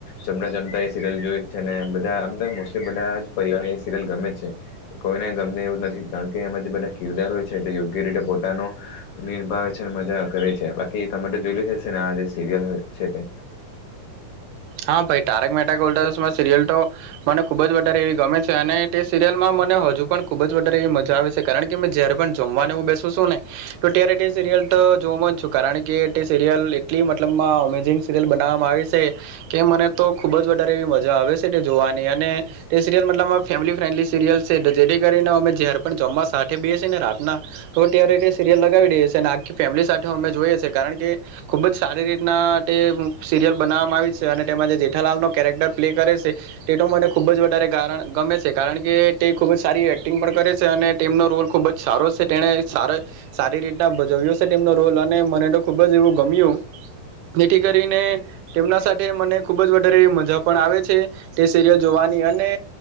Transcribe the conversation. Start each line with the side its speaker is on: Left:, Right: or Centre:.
Left: જમતા જમતા એ સિરિયલ જોય છે ને. બધા આમ તો મોસ્ટલી બધા પરિવાર એ સિરિયલ ગમે છે કોઈને ગમે એવું જ નથી કારણ કે એમાં જે બધા કિરદાર હોય છે તે યો ગ્ય રીતે પોટાનો નિર્ભાવ છેને મજા કરે છે બાકી તમે તો જોયલુ હશે ને આ જે સિરિયલ છેટે
Right: હા ભાઈ તારક મેતા કા ઉલ્ટા ચશ્મા સિરિયલ તો મને ખુબ જ વધારે એવી ગમે છે. અને તે સિરિયલમાં મને હજુ પણ ખૂબ જ વધારે એવી મજા આવે છે કારણ કે મેં જ્યારે પણ જમવાને એ હું બેસું સુ ને તો ત્યારે તે સિરિયલ તો જોમ જ છું કારણ કે તે સિરિયલ એટલી મતલબમાં અમેઝિંગ સિરિયલ બના મા આવી સે કે મને તો ખૂબ જ વધારે એવી મજા આવે છે તે જોવાની અને તે સિરયલ મતબમાં ફેમિલી ફ્રેન્ડલી સિરિયલ્સ જેથી કરીને અમે જ્યાંરે પણ જમવા સાથે બેએ છીએ ને રાતના તો ત્યારે સિરયલ લગાવી દઈએ એ અને આખી ફેમિલી સાથે અમે જોઈએ છીએ કારણ કે ખુબ જ સારી રીતના તે સિરિયલ બનાવવામાં આવી છે. અને તેમાં જે જેઠાલાલનો કેરેક્ટર પ્લે કરે સે તેતો મને ખૂબ જ વધારે ગમે છે કારણ કે તે ખૂબ જ સારી એક્ટિંગ પણ કરે છે અને તેમનો રોલ ખૂબ જ સારો છે તેને આ સારી રીતના ભજ રોલ અને મને તો ખુબ જ એવું ગમ્યું જેથી કરીને તેમના મ ખુબ જ વધારે મજા પણ આવે છે તે સિરિયલ જોવાની અને